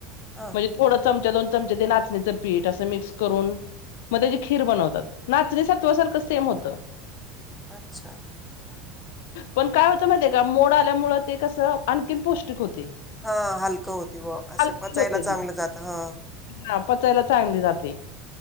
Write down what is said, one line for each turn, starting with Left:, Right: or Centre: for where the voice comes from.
Centre: हा
Left: म्हणज थो चमचा दो. चचे ते नाचणीचं पीठ असं मिक्स करून मग त्याची खीर बनवतात नाचणी सत्वासारखं सेम होत.
Centre: अच्छा.
Left: पण काय होतं माहि का मोड आल्यामुळे ते कसं आणखी पौष्टिक होते.
Centre: हा हलकं होती व असं
Left: हलकी
Centre: पचायला
Left: होते
Centre: चांग.
Left: ती
Centre: चांगलं जात हा.
Left: हा पचायला चांगली जाते.